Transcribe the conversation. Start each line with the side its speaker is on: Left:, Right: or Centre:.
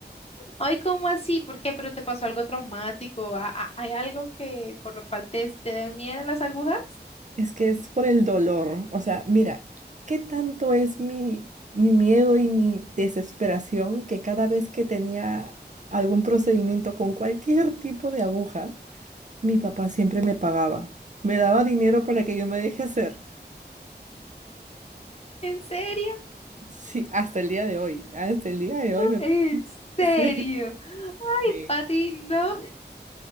Left: Ay, ¿cómo así? ¿Por qué? ¿Pero te pasó algo traumático? ¿Ha- ha- ¿Hay algo que por lo cual te, te den miedo las agujas?
Right: Es que es por el dolor. O sea, mira, ¿qué tanto es mi, mi miedo y mi desesperación que cada vez que tenía algún procedimiento con cualquier tipo de aguja, Mi papá siempre me pagaba, me daba dinero para que yo me deje hacer.
Left: ¿En serio?
Right: Sí, hasta el día de hoy, hasta el día de hoy me...
Left: ¿En
Right: <laughs>
Left: serio?
Right: Sí.
Left: Ay,
Right: Sí.
Left: Pati, no.